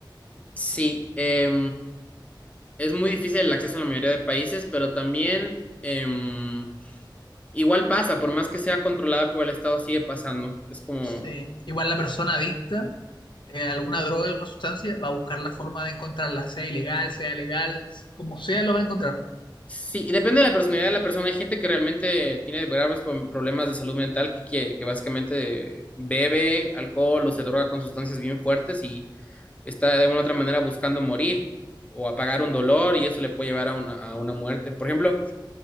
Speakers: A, on the left; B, on the left.
A: Sí, eh, es muy difícil el acceso en la mayoría de países, pero también em, igual pasa, por más que sea controlada por el Estado, sigue pasando. Es como,
B: Sí. Igual la persona adicta eh, a alguna droga, alguna sustancia, va a buscar la forma de encontrarla, sea ilegal, sea legal, como sea, lo va a encontrar.
A: sí, y depende de la personalidad de la persona. Hay gente que realmente tiene graves pro- problemas de salud mental, que, que básicamente bebe alcohol o se droga con sustancias bien fuertes y está de una u otra manera buscando morir o apagar un dolor y eso le puede llevar a una, a una muerte. Por ejemplo,